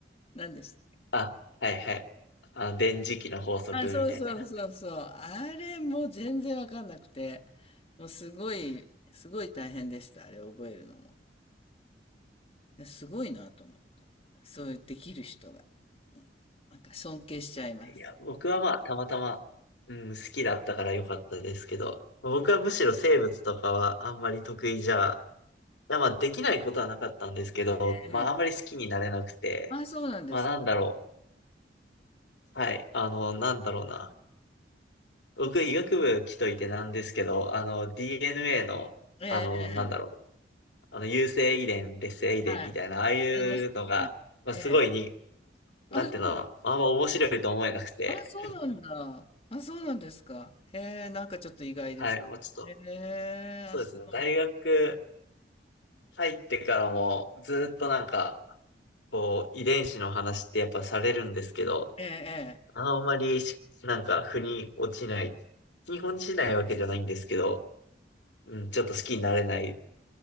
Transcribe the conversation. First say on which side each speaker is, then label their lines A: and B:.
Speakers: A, on the left; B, on the left.
A: 何でしたっけ。
B: あ、はいはい。あの、電磁気の法則みたいな。
A: あ、そうそうそうそう。あれもう全然わかんなくて、もうすごい、すごい大変でした、あれ覚えるのも。ですごいなと思って。そういうできる人が。うんなんか尊敬しちゃいます。
B: いや、僕はまあ、たまたま、うん、好きだったから良かったですけど、僕はむしろ生物とかはあんまり得意じゃ、いやまあ、できないことはなかったんですけど、
A: ええ。
B: まあ、あんまり好きになれなくて、
A: あ、そうなんです。
B: まあ、なんだろう。はい、あの、なんだろうな。僕、医学部来といてなんですけど、あの、DNA の、
A: ええ、
B: あの、
A: ええ、
B: なんだろう。あの、有性遺伝、劣性遺伝みたいな、
A: はい。
B: ああいうのが、
A: ええ、はい。
B: まあ、
A: ええ。
B: すごいに、なんていうの、
A: あ、
B: あんま面白いと思えなくて、
A: あ、そうなんだ。あ、そうなんですか。へえ、なんかちょっと意外です。
B: はい、もうちょっと、
A: へえ、
B: そうですね、
A: あ、そうなんだ。
B: 大学入ってからもずっとなんか、こう、遺伝子の話ってやっぱされるんですけど、
A: ええ、ええ。
B: あんまりし、なんか、腑に落ちない、日本しないわけじゃないんですけど、うん、ちょっと好きになれない